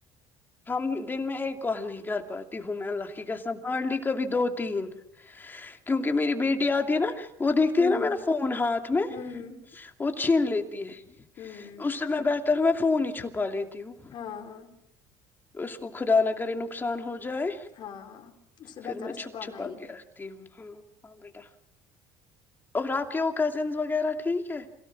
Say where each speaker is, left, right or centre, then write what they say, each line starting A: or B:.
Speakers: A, on the left; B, on the left.
A: ہم دن میں ایک کال نہیں کر پاتی ہوں میں اللہ کی قسم ہارڈلی کبھی دو تین کیونکہ میری بیٹی آتی ہے نا وہ دیکھتی
B: ہوں
A: ہے نا میرا فون ہاتھ میں
B: ہوں
A: وہ چھین لیتی ہے
B: ہوں
A: اس سے میں بہتر ہوں میں فون ہی چھپا لیتی ہوں
B: ہاں
A: اس کو خدا نہ کرے نقصان ہو جائے
B: ہاں اس سے
A: پھر
B: بہتر
A: میں
B: ہے
A: چھپ
B: چھپانا
A: چھپا
B: ہی
A: کے رکھتی ہوں ہاں ہاں بیٹا اور آپ کے وہ کزنس وغیرہ ٹھیک ہے